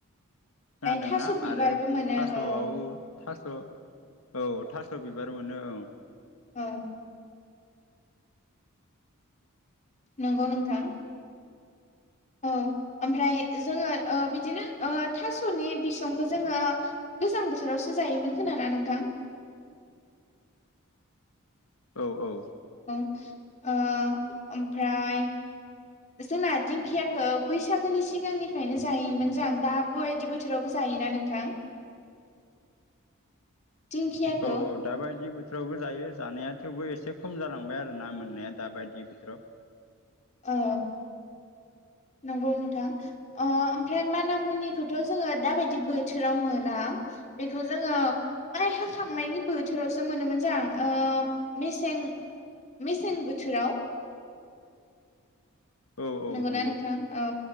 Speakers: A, on the left; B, on the left.
A: खोनादोंना
B: थास' बिबारबो
A: आरो
B: मोनो
A: थास'आव
B: औ
A: थास' औ थास' बिबार मोनो ओं।
B: औ नंगौ नोंथां । औ ओमफ्राय जोङो ओ बि बिदिनो ओ थास'नि बिसंखौ जोङो गोजां बोथोरावसो जायोमोन खोनाना नोंथां? <inaudible>
A: औ औ
B: ओ ओमफ्राय जोंना दिंखियाखौ बैसागोनि सिगांनिफ्रायनो जायोमोन जां दाबो बायदि बोथोरावबो जा जायो ना नोंथां? दिंखियाखौ
A: औ औ दाबायदि बो बोथोरावबो जायो जानाया थेवबो एसे खम जालांबाय आरो ना मोननाया दाबायदि बोथोराव ।
B: औ नंगौ नोंथां ओ ओमफ्राय माना मुनिखौथ' जोङो दाबायदि बोथोराव मोना। बेखौ जोङो माइ हाखांनायनि बोथोरावसो मोनोमोन जां ओ मेसें मेसें बोथोराव।
A: औ औ
B: नंगौना
A: नंगौ
B: नोंथां औ।